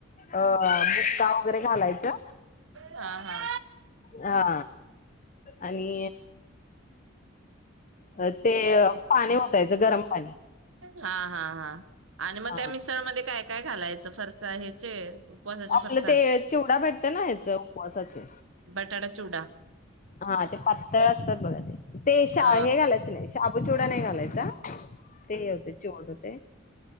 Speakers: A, on the left (about 40°); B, on the right (about 70°).
A: अ बुक्का वगैरे चालायचा.
B: हा हा
A: हा आणि अ ते पाणी ओतायचं गरम पाणी.
B: हा हा हां आणि मग
A: हा
B: त्या मिसळमध्ये काय? काय घालायचं, फरसा ह्याचे उपवासाचे
A: आपलं
B: फरसाण
A: ते चिवडा भेटत ना याच उपवासाचे
B: बटाटा चिवडा
A: हा ते पातळ असतात. बघा ते तेशा
B: अ
A: हे घालायचं नाही. शाबू चिवडा नाही घालायचं, ते होते चिवट होतयं.